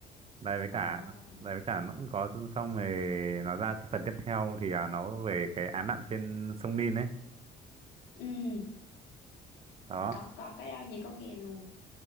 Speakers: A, on the right; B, on the left.
A: đây với
B: Ồ.
A: cả đây với cả nó cũng có xong rồi nó ra cái phần tiếp theo thì à, nó về cái án mạng trên sông Nin ấy
B: ừ
A: đó
B: có có cái đó Nhi có nghe luôn